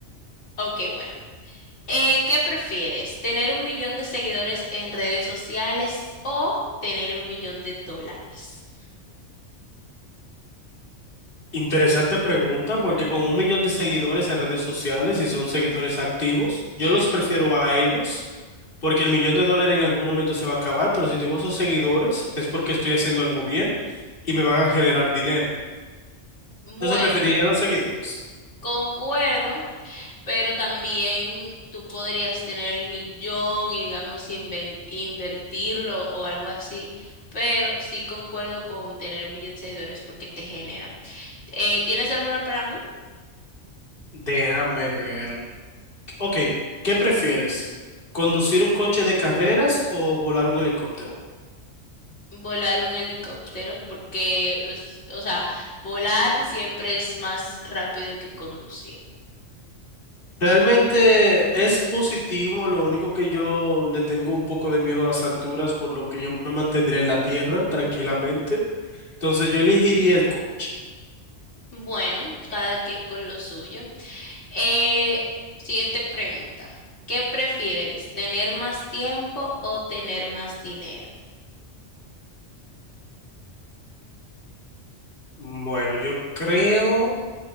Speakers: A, on the left; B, on the left.
A: Ok, bueno. Eh, ¿qué prefieres? ¿Tener un millón de seguidores en redes sociales o tener un millón de dólares?
B: Interesante pregunta, porque con un millón de seguidores en redes sociales, y son seguidores activos, yo
A: Ujú.
B: los prefiero a ellos, porque el millón de dólares en algún momento se va a acabar, pero si tengo esos seguidores es porque estoy haciendo algo bien y me van a generar dinero.
A: Bueno,
B: Entonces preferiría a los seguidores.
A: concuerdo. pero también tú podrías tener el millón y digamos inven- invertirlo o algo así, pero sí concuerdo con tener un millón de seguidores porque te generan. Eh, ¿tienes alguna para mí?
B: Déjame ver. Ok, ¿qué prefieres? ¿Conducir un coche de carreras o volar un helicóptero?
A: Volar un helicóptero porque los, o sea, volar siempre es más rápido que conducir.
B: Realmente es positivo, lo único que yo le tengo un poco de miedo a las alturas, por lo que yo me mantendría en la tierra tranquilamente. Entonces yo elegiría el coche.
A: Bueno, cada quien con lo suyo. Eh, siguiente pregunta. ¿Qué prefieres, tener más tiempo o tener más dinero?
B: Mm, Bueno, yo creo,